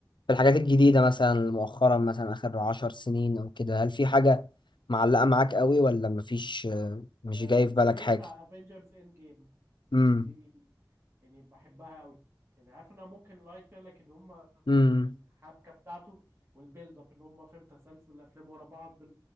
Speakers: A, on the left; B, on the right.
A: في الحاجات الجديدة مثلا مؤخرا مثلا آخر عشر سنين أو كده هل في حاجة معلقة معاك قوي ولا مفيش آه، مش
B: آه،
A: جاي
B: الفيلمين
A: في بالك حاجة
B: بتاع افنجرز اند جيم
A: امم
B: دي يعني بحبها قوي يعني عارف انها ممكن لايت فيها لكن هم
A: امم
B: الحبكه بتاعته والبيلد اب ان هم فاهم تسلسل الافلام ورا بعض بال...